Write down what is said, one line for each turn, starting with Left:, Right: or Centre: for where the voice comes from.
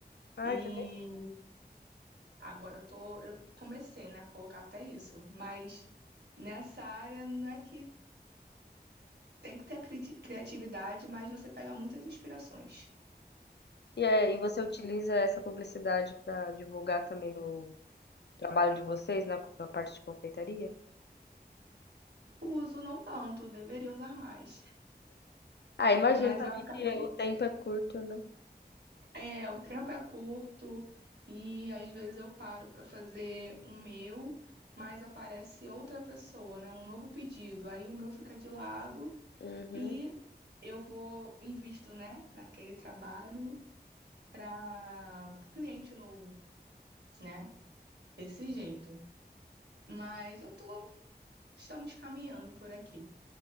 Left: Ai,
Right: E
Left: que legal.
Right: agora eu tô, eu comecei, né, a colocar até isso, mas nessa área não é que tem que ter cri- criatividade, mas você pega muitas inspirações.
Left: E, é, e você utiliza essa publicidade para divulgar também o trabalho de vocês na, na parte de confeitaria?
Right: Uso não tanto, deveria usar mais,
Left: Ah, imagino
Right: mas
Left: também
Right: eu acabo
Left: que o tempo é curto, né?
Right: É, o tempo é curto e às vezes eu paro para fazer o meu, mas aparece outra pessoa, né? Um novo pedido. Aí o meu fica de lado
Left: Uhum.
Right: e eu vou, invisto, né, naquele trabalho para cliente novo, né? Desse jeito. Mas eu tô, estamos caminhando por aqui.